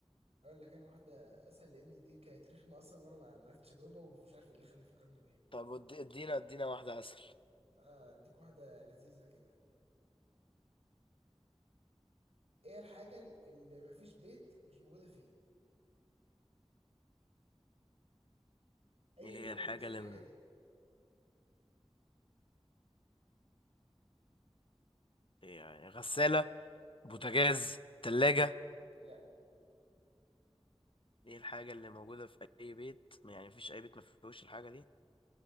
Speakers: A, on the right; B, on the left.
A: اقول لك انا واحده اسهل لان دي كانت رخمه اصلا وانا ما ما عرفتش اجاوبها ومش عارف ايه اللي خلى فكرني بيها
B: طب اد- ادينا ادينا واحدة أسهل
A: آه، اديك واحده لذيذه كده ايه الحاجه اللي ما فيش بيت مش موجوده فيه اي
B: إيه
A: بيت
B: هي الحاجة
A: موجود فيه
B: اللي
A: الحاجه
B: م-
A: دي
B: يعني غسالة بوتاجاز تلاجة
A: لا
B: إيه الحاجة اللي موجودة في أي بيت يعني مفيش أي بيت مفيهوش الحاجة دي